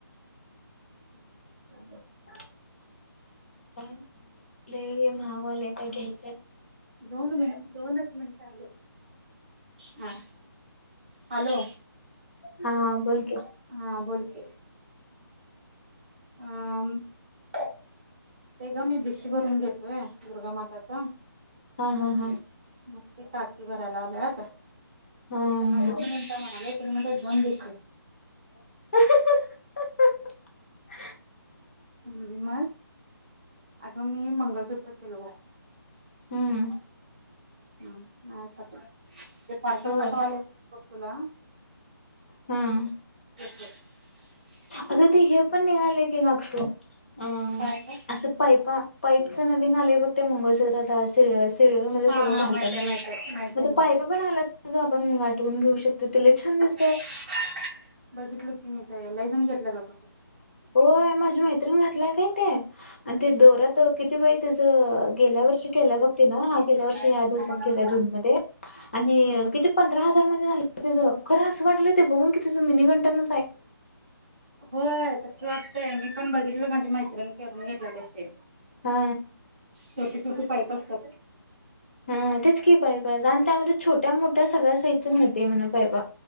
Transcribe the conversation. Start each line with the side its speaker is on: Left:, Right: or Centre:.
Right: <inaudible>
Left: <inaudible> लई महागवले काय घ्याय
Right: दोन मिन दोनच मिनट आले हा हॅलो
Left: हा बोल की
Right: हा बोल की अ ते गमी बि ची भरून देतोय दुर्गा मा त्याचा
Left: हा हा हा
Right: मग ते टाकी भरायला आलोय आता त्यांना
Left: हा.
Right: दुखनचा म्हणाले त्याला म्हणले जऊन देतो.
Left: <unintelligible>
Right: हं मग अगं मी मंगळसूत्र केलो
Left: हूं
Right: <unintelligible> माया साठी ते सारखंच
Left: होय
Right: कंटाळालं तुला
Left: हम्म
Right: <unintelligible>
Left: अग ते हे पण निघाले की ग अक्षु अ
Right: काय ग
Left: असं पाईपा पाईपच नवीन आलय बघ ते मंगलसूत्र आता तिल सिरियल मध्ये
Right: हा
Left: सगळ
Right: हा
Left: घालतात
Right: माहिती
Left: बघ
Right: आहे माहिती आहे माहिती
Left: म
Right: आहे
Left: ते
Right: माहिती
Left: पायप
Right: आहे
Left: पण आलात आपण गाठवून घेऊ शकतो ते छान दिस
Right: बघितलं की नाही. ते लय जण घेतल बघ
Left: होय माझ्या मैत्रिण घातलाय काय ते आणि
Right: हम्म
Left: ते दोऱत किती वेळ त्याच गेल्या वर्षी केलं बघ तीन हा गेल्या वर्षी या
Right: हम्म
Left: दिवसात
Right: हम्म
Left: केला जून मध्ये आणि
Right: हम्म
Left: किती पंधरा हजार मध्ये झाल तिचं खरं असं वाटलं ते बघून की तिचं मिनी घंटनच आहे.
Right: होय तस वाटतय मी पण बघितलं माझी मैत्रिणी करून घेतलं तसे
Left: हा
Right: छोटी छोटी पाईप असतात
Left: हा तेच की पाहि पाहिज आणि त्यामध्ये छोट्या मोठ्या सगळ्या साच ते म्ह पाप